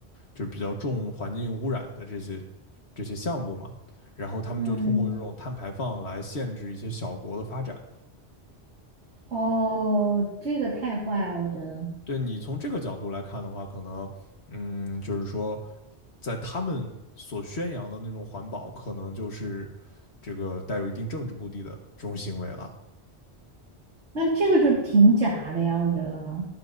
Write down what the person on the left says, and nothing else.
就是比较重环境污染的这些这些项目嘛。然后他们就通过这种碳排放来限制一些小国的发展，
对你从这个角度来看的话，可能，嗯，就是说，在他们所宣扬的那种环保，可能就是这个带有一定政治目的的这种行为了。